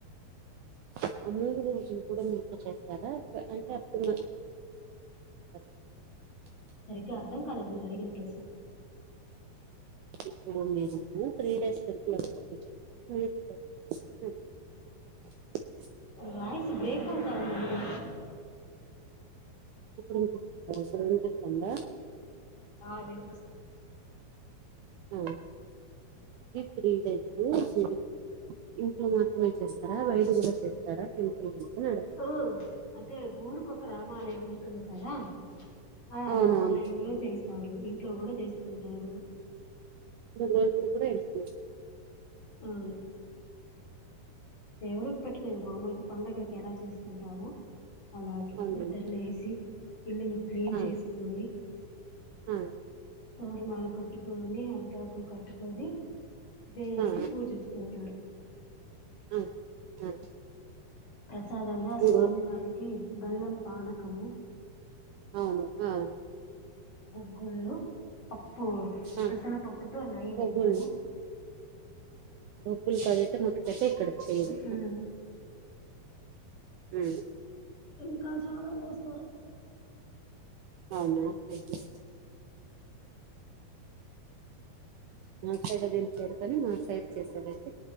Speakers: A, on the right; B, on the left.
A: <unintelligible> చేస్తారా అంటే అప్పుడ <unintelligible>
B: సరిగ్గా అర్థం కాలేదు మీరు అడిగిన ప్రశ్న
A: ఇప్పుడు మీరు three days temple <unintelligible>
B: voice break అవుతా ఉందండి
A: ఇప్పుడు వినిపిస్తుందా
B: ఆ వినిపిస్తూ
A: ఆ <unintelligible> మీ ఇంట్లో మాతమే చేస్తారా బయట కూడా చేస్తారా టెంపుల్ అని అడుగు
B: ఆ అంటే ఊరుకొక రా హిమాలయం ఉంటంది కదా ఆ
A: అవునవును
B: రామాలయంలో చేస్ వారు ఇంట్లో కూడా చేసుకుంటారు
A: మూడు రోజులు కూడా ఇంట్లో
B: అవును దేవుడి పెట్టి మామూలుగా పండుగలకి ఎలా చేసుకుంటామో అలాగే
A: అవునవును
B: నిద్ర లేసి ఇల్లులు క్లీన్
A: ఆ
B: చేసుకొని
A: ఆ ఆ
B: తోరణాలు కట్టుకొని అరిటాకులు కట్టుకొని దేవుడికి
A: ఆ
B: పూజించుకుంటారు
A: ఆ ఆ
B: ప్రసాదం గా
A: మూడు
B: స్వామివారి
A: రో-
B: బెల్లం పానకము
A: అవును ఆ
B: గూగుల్ పప్పు
A: ఆ
B: పెసలపప్పుతో నైవేద్యము
A: బొగ్గులు <unintelligible> ఇక్కడ <unintelligible>
B: మ్మ్
A: ఆ హ్మ్
B: ఇంకా చాలా చేస్తారు
A: అవున ఒకె నా సైడ్ దీని పేరుతది మా సైడ్ చేసేవైతే